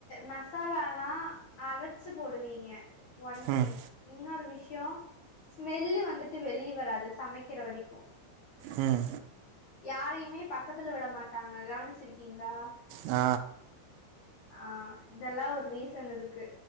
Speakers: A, on the left; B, on the right.
A: மசாலாலா அரைச்சு போடுவீங்க ஒன்
B: ம்
A: திங் இன்னொரு வி ஷ்யோ ஸ்மெல்லு வந்துட்டு வெளிய வராது சமைக்கிற வரீக்கு
B: ம்
A: யாரையுமே பக்கத்துல விட மாட்டாங்க கவனிச்சிருக்கீங்ளா
B: ஆ
A: ஆ இதெல்லா ஒரு ரீசன் இருக்கு